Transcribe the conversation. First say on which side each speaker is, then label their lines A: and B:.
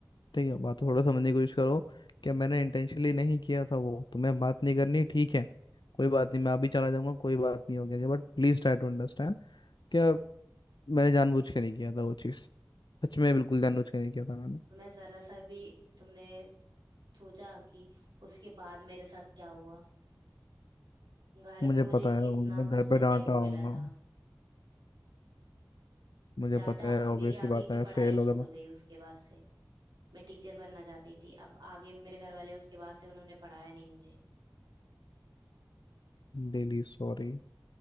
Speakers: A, on the left; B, on the right.
A: ठीक है बात को थोड़ा समझने की कोशिश करो कि मैंने इंटेंशनली नहीं किया था वो तुम्हें बात नहीं करनी ठीक है कोई बात नहीं मैं अभी चला जाऊंगा कोई बात नहीं हो गया but please try to understand क्या मैंने जानबूझ के नहीं किया था वो चीज़ सच में बिल्कुल जानबूझ के नहीं किया था मैंने।
B: तुम्हें जरा सा भी तुमने सोचा कि उसके बाद मेरे साथ क्या हुआ घर
A: मुझे
B: पे मुझे
A: पता है
B: कितना
A: उनने घर
B: कुछ सुनने
A: पे डांटा
B: को
A: होगा
B: मिला था
A: मुझे
B: डाटा
A: पता है ऑब्वियस
B: मेरी
A: सी
B: आगे
A: बात है
B: की पढ़ाई
A: फेल हो
B: छूट
A: गया ना
B: गई उसके बाद से मैं टीचर बनना चाहती थी अब आगे मेरे घर वाले उसके बाद से उन्होंने पढ़ाया नहीं मुझे
A: डेली सॉरी